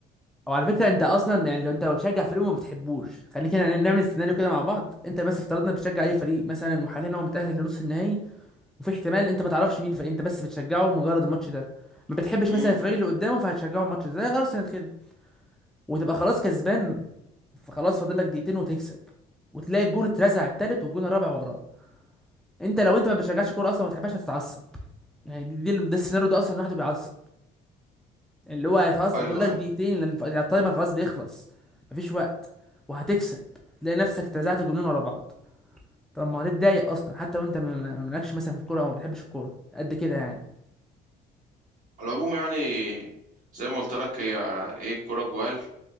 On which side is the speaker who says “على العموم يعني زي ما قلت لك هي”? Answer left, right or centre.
Right